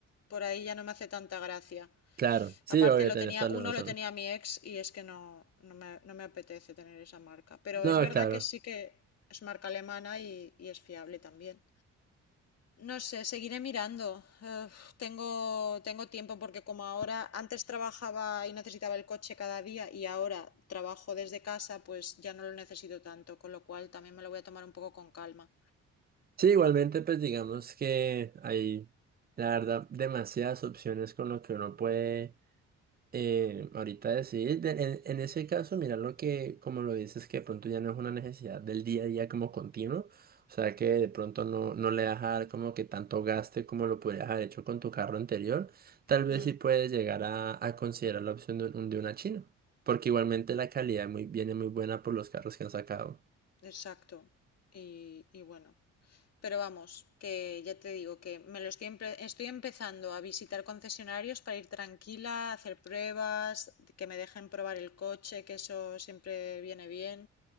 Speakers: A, on the left (about 55°); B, on the right (about 30°).
A: por ahí ya no me hace tanta gracia.
B: Claro, sí,
A: Aparte
B: obvio,
A: lo
B: tenés
A: tenía,
B: toda
A: uno
B: la razón.
A: lo tenía mi ex y es que no, no me, no me apetece tener esa marca. Pero
B: No,
A: es verdad
B: claro.
A: que sí que es marca alemana y, y es fiable también. No sé, seguiré mirando. Eh, tengo, tengo tiempo porque como ahora antes trabajaba y necesitaba el coche cada día y ahora trabajo desde casa, pues ya no lo necesito tanto, con lo cual también me lo voy a tomar un poco con calma.
B: Sí, igualmente, pues digamos que hay, la verdad, demasiadas opciones con lo que uno puede eh, ahorita decidir. De- en, en ese caso, mira lo que, como lo dices, que de pronto ya no es una necesidad del día a día como continuo. O sea, que de pronto no, no le vas a dar como que tanto gaste como lo podrías haber hecho con tu carro anterior. Tal vez
A: Mm,
B: sí puedes llegar a, a considerar la opción de, un- de una China. Porque igualmente la calidad muy, viene muy buena por los carros que han sacado.
A: exacto. Y, y bueno. Pero vamos, que ya te digo que me lo estoy, empe- estoy empezando a visitar concesionarios para ir tranquila, hacer pruebas, que me dejen probar el coche, que eso siempre viene bien.